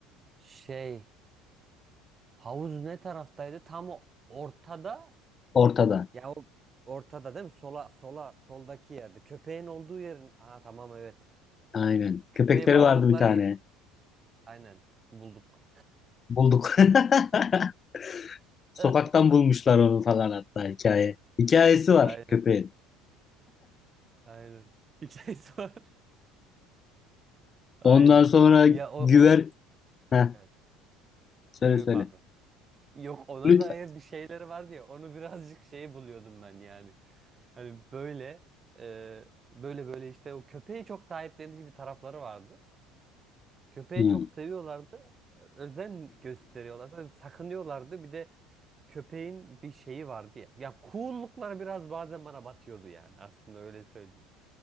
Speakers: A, on the right (about 30°); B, on the left (about 35°).
A: şey havuz ne taraftaydı? Tam o ortada.
B: ortada.
A: Ya o ortada değil mi? Sola sola soldaki yerde. Köpeğin olduğu yerin. Ha tamam evet.
B: Aynen.
A: Köpeği
B: Köpekleri
A: bağladıkları
B: vardı bir tane.
A: yer. Aynen. Bulduk.
B: Bulduk. <laughs> Sokaktan
A: <laughs>
B: bulmuşlar onu falan hatta hikaye. Hikayesi var
A: Aynen.
B: köpeğin.
A: Aynen. Hikayesi var. <laughs> Aynen.
B: Ondan sonra
A: Ya o,
B: güver
A: onu
B: Heh.
A: evet.
B: Söyle
A: Yo, yo,
B: söyle.
A: pardon. Yok ona
B: Lütfen.
A: dair bir şeyleri var diye onu birazcık şey buluyordum ben yani. Hani böyle e, böyle böyle işte o köpeği çok sahiplenici bir tarafları vardı. Köpeği
B: Hı.
A: çok seviyorlardı. Özen gösteriyorlardı. böyle sakınıyorlardı. Bir de köpeğin bir şeyi vardı ya. Ya coollukları biraz bazen bana batıyordu yani. Aslında öyle söyleyeyim.